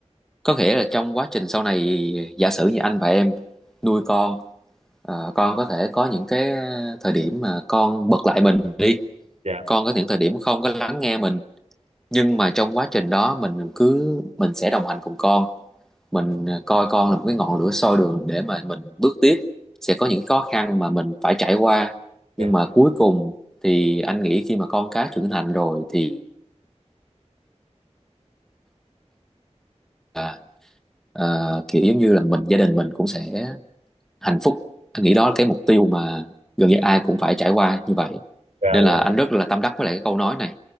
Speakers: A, in the centre; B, on the right.
A: có nghĩa là trong quá trình sau này giả sử như anh và em nuôi con Ờ, con có thể có những cái ờ, thời điểm mà con bật lại mình đi
B: Dạ.
A: con có những thời điểm không có lắng nghe mình nhưng mà trong quá trình đó mình cứ mình sẽ đồng hành cùng con mình ờ, coi con là một cái ngọn lửa soi đường để mà mình bước tiếp sẽ có những khó khăn mà mình phải trải qua nhưng
B: Dạ.
A: mà cuối cùng thì anh nghĩ khi mà con cái trưởng thành rồi thì à, à, kiểu giống như là mình gia đình mình cũng sẽ hạnh phúc anh nghĩ đó là cái mục tiêu mà gần như ai cũng phải trải qua như vậy
B: dạ
A: nên là
B: dạ
A: anh rất là tâm đắc với lại cái câu nói này